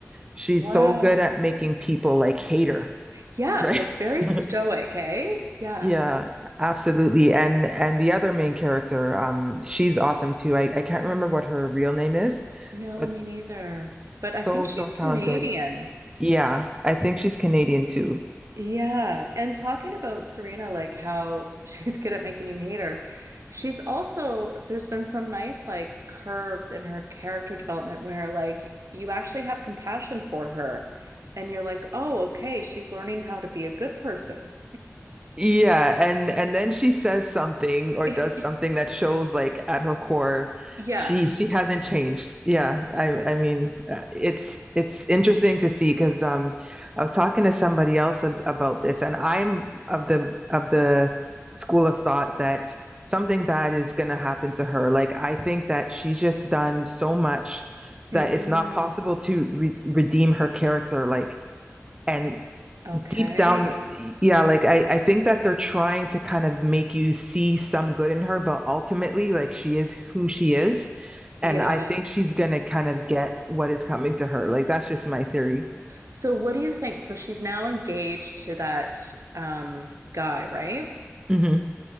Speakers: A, on the right; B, on the right.
A: She's
B: Wow.
A: so good at making people like hate her,
B: Yeah,
A: right?
B: like very
A: <laughs>
B: stoic, eh? Yeah.
A: Yeah, absolutely. And and the other main character, um, she's awesome too. I, I can't remember what her real name is,
B: No,
A: but
B: me neither. But I think
A: so, so
B: she's
A: talented.
B: Canadian.
A: Yeah, I think she's Canadian too.
B: Yeah, and talking about Serena, like how <laughs> she's good at making you hate her, she's also, there's been some nice like curves in her character development where like you actually have compassion for her and you're like, oh, okay, she's learning how to be a good person.
A: Yeah, and and then she says something or
B: <laughs>
A: does something that shows like at her core
B: Yeah.
A: she she hasn't changed. Yeah, I I mean uh, it's it's interesting to see because um I was talking to somebody else ab about this and I'm of the of the school of thought that something bad is going to happen to her. Like I think that she's just done so much
B: Mm,
A: that it's not possible to re redeem her character like and
B: okay.
A: deep down, yeah, like I, I think that they're trying to kind of make you see some good in her, but ultimately, like she is who she is,
B: Yeah.
A: and I think she's gonna kind of get what is coming to her. Like that's just my theory.
B: So what do you think? So she's now engaged to that um guy, right?
A: hmm